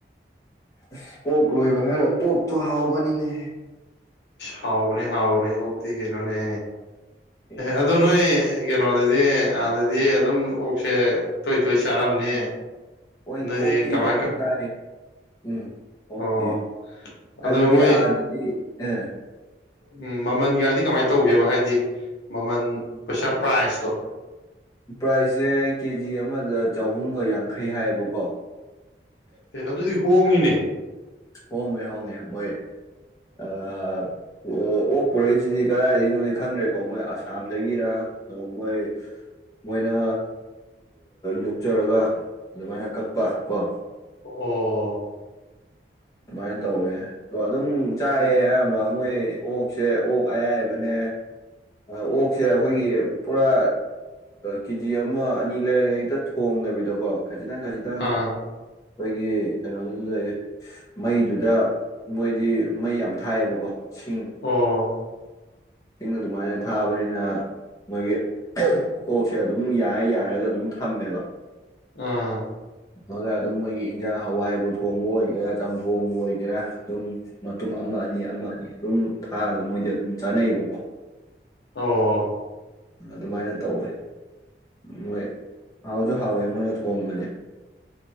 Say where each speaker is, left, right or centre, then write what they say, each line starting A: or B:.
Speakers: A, on the left; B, on the left.
A: ꯑꯁ ꯑꯣꯛ ꯂꯣꯏꯕ ꯍꯥꯏꯔ ꯑꯣꯛꯇꯣ ꯍꯥꯎꯕꯅꯤꯅꯦꯍ
B: ꯍꯥꯎꯕꯅꯦ ꯍꯥꯎꯕꯅꯦ ꯑꯣꯛꯇꯤ ꯀꯩꯅꯣꯅꯦ
A: ꯑꯦ
B: ꯑꯗꯨ ꯅꯣꯏ ꯀꯩꯅꯣꯗꯗꯤ ꯑꯥꯗꯗꯤ ꯑꯗꯨꯝ ꯑꯣꯛꯁꯦ ꯇꯣꯏ ꯇꯣꯏ ꯆꯥꯔꯝꯅꯤ
A: ꯑꯣꯛꯇꯤ
B: ꯅꯣꯏꯗꯤ ꯀꯃꯥꯏ
A: ꯐꯖ ꯆꯥꯏ ꯎꯝ ꯑꯣꯛꯇꯤ
B: ꯑꯣ
A: ꯍꯥꯏꯕꯗꯤ
B: ꯑꯗꯣ ꯃꯣꯏ
A: ꯑꯥꯗꯗꯤ ꯑꯦ
B: ꯎꯝ ꯃꯃꯜ ꯒꯥꯗꯤ ꯀꯃꯥꯏꯅ ꯇꯧꯒꯦꯕ ꯍꯥꯏꯗꯤ ꯃꯃꯜ ꯄꯩꯁꯥ ꯄ꯭ꯔꯥꯏꯖꯇꯣ
A: ꯄ꯭ꯔꯥꯏꯁꯁꯦ ꯀꯦꯖꯤ ꯑꯃꯗ ꯆꯍꯨꯝꯒ ꯌꯥꯡꯈꯩ ꯍꯥꯏꯌꯦꯕꯀꯣ
B: ꯑꯦ ꯑꯗꯨꯗꯤ ꯍꯣꯡꯉꯤꯅꯦ
A: ꯍꯣꯡꯕꯗꯤ ꯍꯣꯡꯉꯦ ꯃꯣꯏ ꯑꯥ ꯑꯣ ꯑꯣꯛ ꯄꯨꯔꯛꯏꯁꯤꯗꯤ ꯀꯗꯥꯏꯗꯒꯤꯅꯣ ꯈꯪꯗ꯭ꯔꯦꯀꯣ ꯃꯣꯏ ꯑꯁꯥꯝꯗꯒꯤꯔ ꯑ ꯃꯣꯏ ꯃꯣꯏꯅ ꯌꯣꯛꯆꯔꯒ ꯑꯗꯨꯃꯥꯏꯅ ꯀꯛꯄ ꯀꯣ
B: ꯑꯣ
A: ꯑꯗꯨꯃꯥꯏꯅ ꯇꯧꯋꯦ ꯑꯗꯣ ꯑꯗꯨꯝ ꯆꯥꯏꯑ ꯑꯌꯥꯝꯕ ꯃꯣꯏ ꯑꯣꯛꯁꯦ ꯑꯣꯛ ꯑꯌꯥꯏꯕꯅꯦ ꯑꯣꯛꯁꯦ ꯑꯩꯈꯣꯏꯒꯤ ꯄꯨꯔꯥ ꯀꯦꯖꯤ ꯑꯃ ꯑꯅꯤ ꯂꯩꯔꯛ ꯍꯦꯛꯇ ꯊꯣꯡꯗꯕꯤꯗꯀꯣ ꯈꯖꯤꯛꯇꯪ ꯈꯖꯤꯛꯇꯪ
B: ꯑꯥ
A: ꯑꯩꯈꯣꯏꯒꯤ ꯀꯩꯅꯣꯗꯨꯗ ꯃꯩ ꯃꯩꯗꯨꯗ ꯃꯣꯏꯗꯤ ꯃꯩ ꯌꯥꯝ ꯊꯥꯏꯌꯦꯕꯀꯣ ꯁꯤꯡ
B: ꯑꯣ
A: ꯁꯤꯡ ꯑꯗꯨꯃꯥꯏꯅ ꯊꯥꯕꯅꯤꯅ ꯃꯣꯏꯒꯤ ꯑꯣꯛꯁꯦ ꯑꯗꯨꯝ ꯌꯥꯔ ꯌꯥꯔꯒ ꯑꯗꯨꯝ ꯊꯝꯃꯦꯕ
B: ꯑꯥꯝ
A: ꯊꯥꯝꯃꯒ ꯑꯗꯨꯝ ꯃꯣꯏꯒꯤ ꯏꯟꯖꯥꯡ ꯍꯋꯥꯏꯕꯨ ꯊꯣꯡꯕ ꯑꯣꯏꯒꯦꯔꯥ ꯆꯝꯊꯣꯡꯕꯨ ꯑꯣꯏꯒꯦꯔꯥ ꯑꯗꯨꯝ ꯃꯇꯨꯝ ꯑꯃ ꯑꯅꯤ ꯑꯃ ꯑꯅꯤ ꯑꯗꯨꯝ ꯊꯥꯛꯑ ꯃꯣꯏꯗꯤ ꯑꯗꯨꯝ ꯆꯥꯅꯩꯑꯦꯕꯀꯣ
B: ꯑꯣ
A: ꯑꯗꯨꯃꯥꯏꯅ ꯇꯧꯋꯦ ꯃꯣꯏ ꯍꯥꯎꯁꯨ ꯍꯥꯎꯋꯦ ꯃꯣꯏꯅ ꯊꯣꯡꯕꯁꯦ